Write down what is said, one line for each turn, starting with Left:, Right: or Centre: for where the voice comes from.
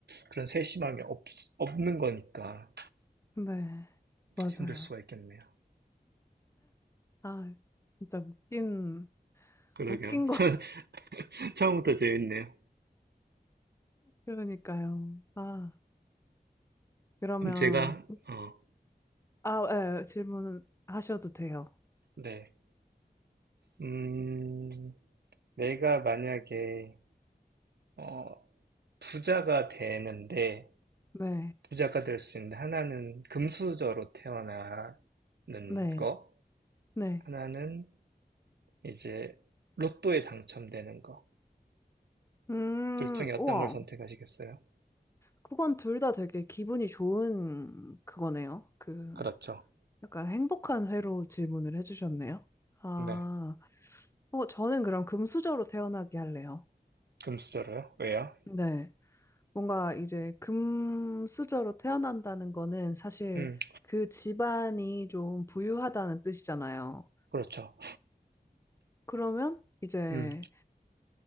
Right: 그런 세심함이 없, 없는 거니까
Left: 네, 맞아요.
Right: 힘들 수가 있겠네요.
Left: 아, 진짜 웃긴,
Right: 그러게요.
Left: 웃긴
Right: <laughs> 처-
Left: 거. <laughs>
Right: 처음부터 재밌네요.
Left: 그러니까요. 아, 그러면,
Right: 그럼 제가, 어,
Left: 아, 예, 질문 하셔도 돼요.
Right: 네. 음, 내가 만약에, 어, 부자가 되는데,
Left: 네,
Right: 부자가 될 수 있는데, 하나는 금수저로 태어나는
Left: 네,
Right: 거,
Left: 네.
Right: 하나는 이제 로또에 당첨되는 거.
Left: 음,
Right: 둘 중에 어떤
Left: 우와.
Right: 걸 선택하시겠어요?
Left: 그건 둘 다 되게 기분이 좋은 그거네요. 그,
Right: 그렇죠.
Left: 약간 행복한 회로 질문을 해주셨네요. 아,
Right: 네.
Left: 어, 저는 그럼 금수저로 태어나게 할래요.
Right: 금수저로요? 왜요?
Left: 네. 뭔가 이제 금수저로 태어난다는 거는 사실
Right: 음,
Left: 그 집안이 좀 부유하다는 뜻이잖아요.
Right: 그렇죠.
Left: 그러면 이제
Right: 음,